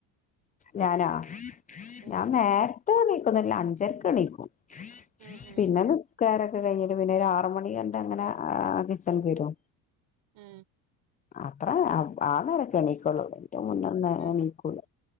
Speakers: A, on the left; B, on the right.
A: ഞാനാ
B: ഉം
A: ഞാൻ നേരത്തെണീക്കൊന്നില്ല അഞ്ചരക്കെണീക്കും
B: ഉം ഉം
A: പിന്നെ നിസ് കാരക്കെ കഴിഞ്ഞിട്ട് പിന്നൊരു ആറ് മണി കണ്ടങ്ങനെ കിച്ചണ്ക്ക് വരും
B: മ്
A: അത്ര ആനേരൊക്കെ എണീക്കൊള്ളൂ അയിന്റെ മുന്ന ന്ന്
B: ഉം
A: എണീക്കൂല